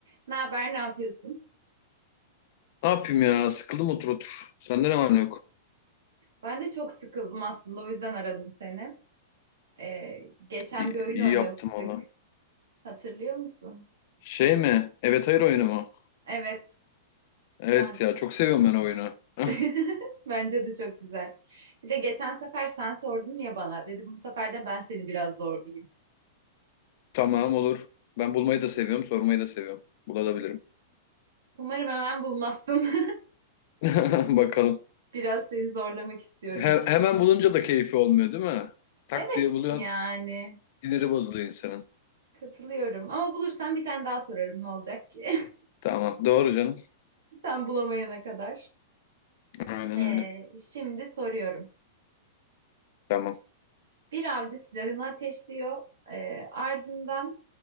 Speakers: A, on the right; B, on the left.
A: Ne haber, ne yapıyorsun?
B: Ne yapayım ya? Sıkıldım otur otur. Sende ne var ne yok?
A: Ben de çok sıkıldım aslında, o yüzden aradım seni. Ee, geçen
B: İyi,
A: bir oyun
B: iyi
A: oynamıştık.
B: yaptım valla.
A: Hatırlıyor musun?
B: Şey mi? Evet hayır oyunu mu?
A: Evet,
B: Evet
A: sen.
B: ya çok seviyorum ben o oyunu. <laughs>
A: <laughs> Bence de çok güzel. Bir de geçen sefer sen sordun ya bana. Dedim bu sefer de ben seni biraz zorlayayım.
B: Tamam olur. Ben bulmayı da seviyorum, sormayı da seviyorum. Bulabilirim.
A: Umarım hemen bulmazsın.
B: <laughs> Bakalım.
A: <laughs> Biraz seni zorlamak istiyorum
B: He-
A: çünkü.
B: hemen bulunca da keyfi olmuyor değil mi? Tak
A: Evet,
B: diye buluyorsun.
A: yani
B: Dinleri bozuluyor insanın.
A: katılıyorum. Ama bulursam bir tane daha sorarım ne olacak ki?
B: Tamam. Doğru canım.
A: <laughs> Sen bulamayana kadar.
B: Aynen
A: Ee,
B: öyle.
A: şimdi soruyorum.
B: Tamam.
A: Bir avcı silahını ateşliyor. Ee, ardından